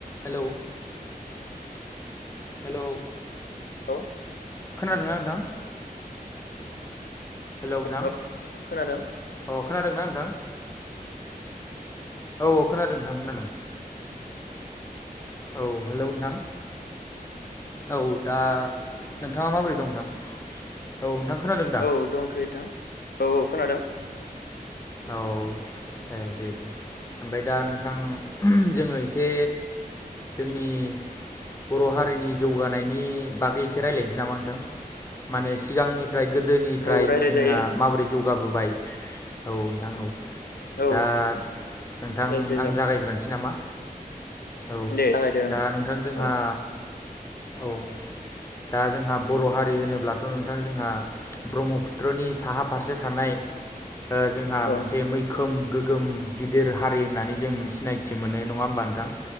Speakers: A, on the left; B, on the left.
A: Hello hello
B: लौ
A: खोनादोंना नोंथां? हेलौ नोंथां अ
B: औ खोनादों
A: खोनादोंना नोंथां? औ औ खोनादों नोंथां खोनादों। औ हेलौ नोंथां औ दा नोंथाङा माबोरै दं नोंथां? औ नोंथां खोनादों। दा
B: औ दंथ'यो नोंथां औ खोनादों।
A: औ ए दे दे ओमफाय दा नोंथां जोङो एसे जोंनि बर' हारिनि जौगानायनि बागै एसे रायलायनोसै नामा नोंथां माने सिगांनि फ्राय गोदोनिफ्राय
B: औ रायज्लायजायो
A: जोंहा माबोरै जौगाबोबाय औ नोंथां औ
B: औ
A: दा नोंथां
B: रायज्लाय
A: आं
B: जागोन
A: जागायग्रोनोसै नामा। औ
B: दे जागायदो
A: दा नोंथां जोंहा
B: औ
A: औ। दा जोंहा बर' हारि होनोब्लाथ' नोंथां जोंहा ब्रह्मपुत्रनि साहा फारसे थानाय ओ जोंहा
B: औ
A: मोनसे मै खोम गोग्गोम गिदिर हारि होननानै जों सिनायथि मोनो नङा होमबा नोंथां।